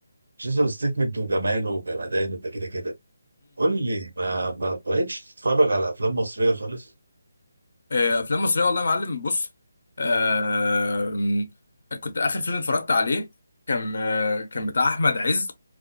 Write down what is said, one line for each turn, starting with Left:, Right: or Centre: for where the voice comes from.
Right: جيسون ستيتمنت وجماله وجمدانه ده كده كده قول لي ما ما بقتش تتفرج على افلام مصريه خالص
Left: آه، افلام مصريه والله يا معلم بص آه، كنت اخر فيلم اتفرجت عليه كان آه، كان بتاع احمد عز